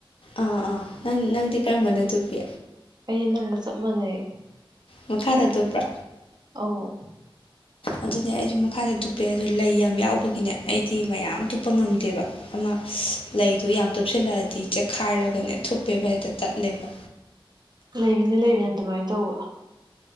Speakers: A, on the left; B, on the right.
A: ꯑꯥ ꯑꯥ ꯅꯪ ꯅꯪꯗꯤ ꯀꯔꯝꯕꯅ ꯇꯨꯞꯄꯤ
B: ꯑꯩꯗꯤ ꯅꯪꯒ ꯆꯞ ꯃꯥꯟꯅꯩ
A: ꯃꯈꯥꯗ ꯇꯨꯞꯄ꯭ꯔꯥ
B: ꯑꯧ
A: ꯑꯗꯨꯅꯦ ꯑꯩꯁꯨ ꯃꯈꯥꯗ ꯇꯨꯞꯄꯦ ꯑꯗꯨ ꯂꯩ ꯌꯥꯝ ꯌꯥꯎꯕꯒꯤꯅꯦ ꯑꯩꯗꯤ ꯃꯌꯥꯝ ꯇꯨꯞꯄ ꯉꯝꯗꯦꯕ ꯑꯃ ꯂꯩꯗꯨ ꯌꯥꯝ ꯇꯨꯞꯁꯤꯜꯂꯛꯑꯗꯤ ꯆꯦꯛꯈꯥꯏꯔꯒꯅꯦ ꯊꯨꯞꯄꯦꯕ ꯍꯦꯛꯇ ꯇꯠꯂꯦꯕ
B: ꯂꯩꯕꯅꯤ ꯂꯩꯕꯅꯤ ꯑꯗꯨꯃꯥꯏꯅ ꯇꯧꯕ